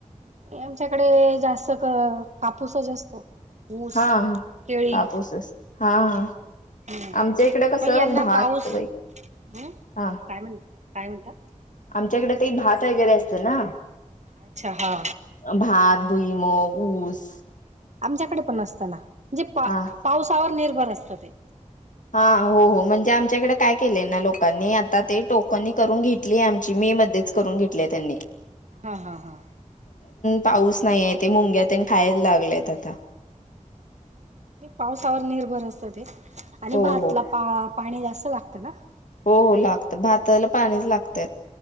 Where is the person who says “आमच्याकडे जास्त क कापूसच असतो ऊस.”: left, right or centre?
Right